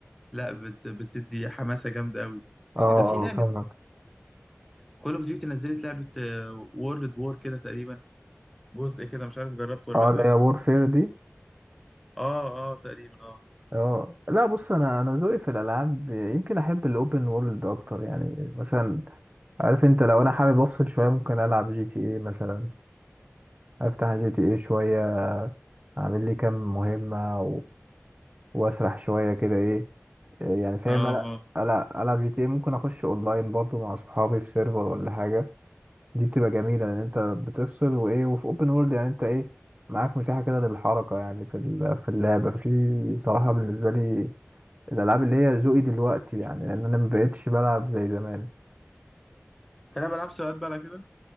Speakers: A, in the centre; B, on the right.
A: لا بت... بتدي حماسه جامده قوي
B: اه اه
A: ده في لعبه
B: فاهمك
A: كول اوف ديوتي نزلت لعبة وورلد وور كده تقريبا جزء كده مش عارف جربته ولا
B: اه
A: لأ
B: اللي هي وورفير دي
A: اه اه تقريبا اه
B: اه لا بص انا انا ذوقي في الالعاب يمكن احب الاوبن وورلد اكتر يعني مثلا عارف انت لو انا حابب افصل شويه ممكن العب جي تي اي مثلا افتح جي تي اي شويه اعمل لي كام مهمه واسرح شويه كده ايه إيه يعني فاهم
A: اه
B: انا
A: اه
B: العب العب جي تي ايه ممكن اخش اونلاين برضو مع صحابي في سيرفر ولا حاجه دي بتبقى جميله لان انت بتفصل وايه وفي اوبن وورلد يعني انت ايه معاك مساحه كده للحركه يعني في ال- في اللعبه في صراحه بالنسبه لي الالعاب اللي هي ذوقي دلوقتي يعني لان انا مبقتش بلعب زي زمان
A: تلعب ألعاب سباقات بقى على كده